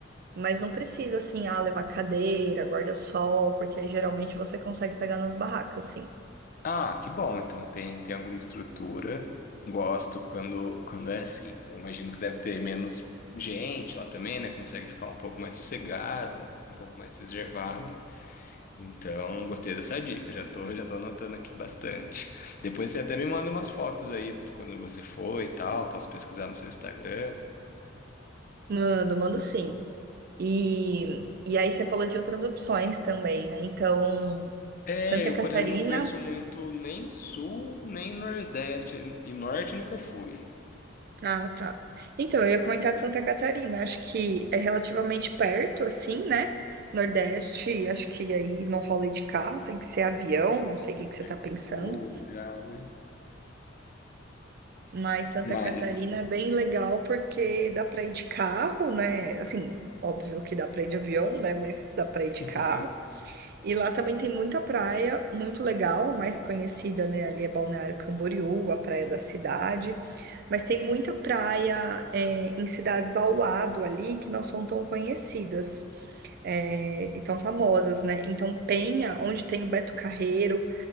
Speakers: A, on the right; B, on the left.
A: Mas não precisa assim, ah, levar cadeira, guarda-sol, porque aí geralmente você consegue pegar nas barracas, sim.
B: Ah, que bom. Então tem, tem alguma estrutura. Gosto quando, quando é assim. Então imagino que deve ter menos gente lá também, né? Consegue ficar um pouco mais sossegado, um, um pouco mais reservado. Então gostei dessa dica. Já tô, já tô anotando aqui bastante. Depois você até me manda umas fotos aí de quando você foi e tal. Posso pesquisar no seu Instagram.
A: Mando, mando sim. E, e aí você falou de outras opções também, né? Então,
B: É,
A: Santa
B: eu,
A: Catarina.
B: por exemplo, não conheço muito nem sul, nem nordeste. E norte eu nunca fui.
A: Ah, tá. Então, eu ia comentar de Santa Catarina. Acho que é relativamente perto, assim, né? Nordeste, acho que aí não rola de carro, tem que ser avião, não sei o que que você
B: Pegar
A: tá pensando.
B: um voo já, né?
A: Mas Santa
B: Mas.
A: Catarina é bem legal porque dá para ir de carro, né? Assim, óbvio que dá para ir de avião, né? Mas dá para ir de
B: <laughs>
A: carro. E lá também tem muita praia, muito legal, a mais conhecida, né? Ali é Balneário Camboriú, a praia da cidade. Mas tem muita praia, é, em cidades ao lado ali que não são tão conhecidas, é, e tão famosas, né? Então, Penha, onde tem o Beto Carreiro,